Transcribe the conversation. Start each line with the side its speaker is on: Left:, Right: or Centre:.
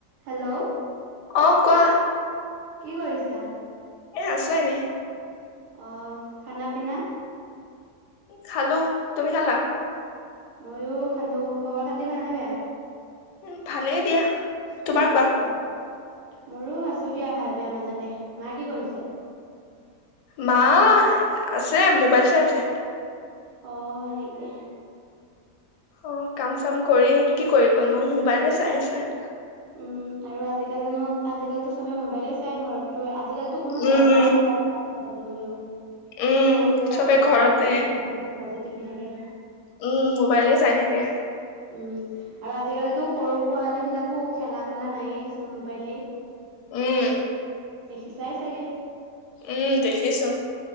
Right: Hello
Left: অ কোৱা
Right: কি কৰিছা?
Left: এ আছো এনেই
Right: অ, খানা পিনা।
Left: খালো, তুমি খালা।
Right: ময়ো খালো, খবৰ খাতি ভালনে বেয়া।
Left: উম, ভালেই দিয়া। তোমাৰ কোৱা।
Right: অ মোৰো আছো দিয়া ভাল বেয়াৰ মাজতে। মা কি কৰিছে?
Left: মা, আছে মোবাইল চাই আছে।
Right: অ, হয় নেকি।
Left: অহ কাম চাম কৰি আহি কি কৰি কৰিবনো, মোবাইলে চাই আছে।
Right: উম, আৰু আজিকালি নো আজিকালিটো, চবে মোবাইলে চাই ঘৰত। তোৱে, আজিকালিতো কোনো
Left: উম
Right: ঘৰ পৰাও নোলাই, কথা ছটা পাতিবলৈও,
Left: উম
Right: সৰু ছোৱালী,
Left: চবে ঘৰতে
Right: ডাঙৰ ছোৱালীজনী <unintelligible> মোবাইলে টিপি থাকে।
Left: উম, মোবাইলে চাই থাকে।
Right: উম আৰু আজিকালিতো সৰু পোৱালীবিলাকো খেলা ধূলা নায়েই, চব মোবাইলেই।
Left: উম
Right: দেখিছাই চাগে?
Left: উম, দেখিছো।